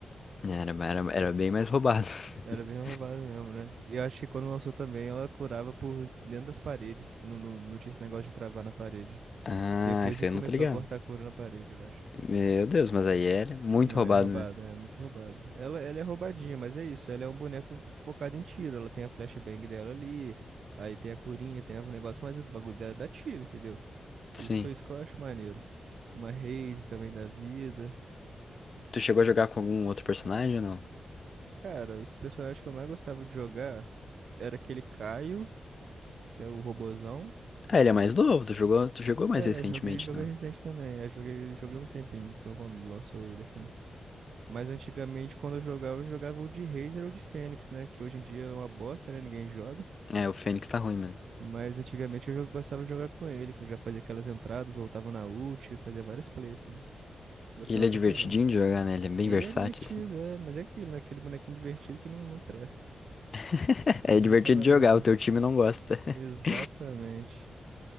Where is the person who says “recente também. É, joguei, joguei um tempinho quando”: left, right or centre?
Right